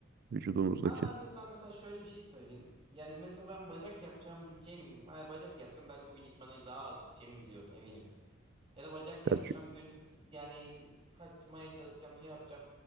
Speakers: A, on the right; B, on the right.
A: vücudumuzdaki.
B: Ama ben de sana mesela şöyle bir şey söyleyeyim. Yani mesela ben bacak yapacağım bileceğim bir gün. Hayır bacak yapsam belki o gün idmana daha az gideceğimi biliyorum eminim. Ya da bacak yapacağım
A: Ya çünkü-
B: gün yani kaçmaya çalışacağım şey yapacağım.